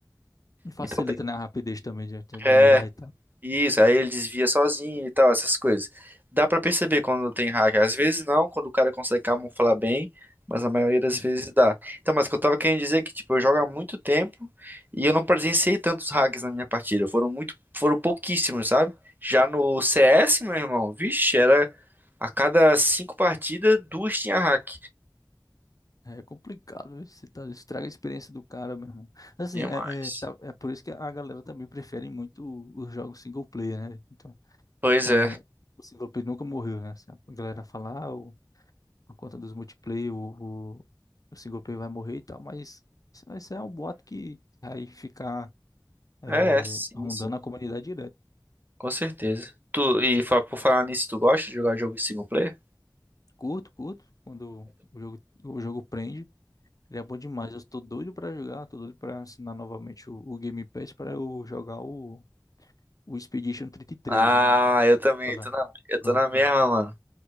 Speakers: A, on the left; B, on the right.
A: E facilita,
B: Então tem.
A: né, a rapidez também de, de admirar
B: É,
A: e tal.
B: isso, aí ele desvia sozinho e tal, essas coisas. Dá pra perceber quando tem hack. Às vezes não, quando o cara consegue camuflar bem, mas a maioria das
A: Uhum.
B: vezes dá. Então, mas o que eu tava querendo dizer é que, tipo, eu jogo há muito tempo e eu não presenciei tantos hacks na minha partida. Foram muito, foram pouquíssimos, sabe? Já no CS, meu irmão, vixe, era a cada cinco partidas, duas tinha hack.
A: É complicado, viu? você tá, estraga a experiência do cara, meu irmão. Assim,
B: Demais.
A: é, é, tá- é por isso que a galera também prefere muito os jogos single player, né? Então,
B: Pois
A: é,
B: é.
A: o single player nunca morreu, né? Assim, a galera fala, ah, o- por conta dos multiplayer, o, o, o single player vai morrer e tal, mas isso, isso é um boato que vai ficar é,
B: É, é, sim,
A: rondando
B: sim,
A: a comunidade direto.
B: com certeza. Tu, e fa- por falar nisso, tu gosta de jogar jogo single player?
A: Curto, curto, quando o jogo, o jogo prende. Ele é bom demais. Eu tô doido pra jogar, tô doido pra assinar novamente o, o Game Pass pra eu jogar o, o Expedition trinta e três,
B: Ah,
A: né?
B: eu também,
A: Olá.
B: tô na, eu tô
A: Pronto.
B: na mesma, mano.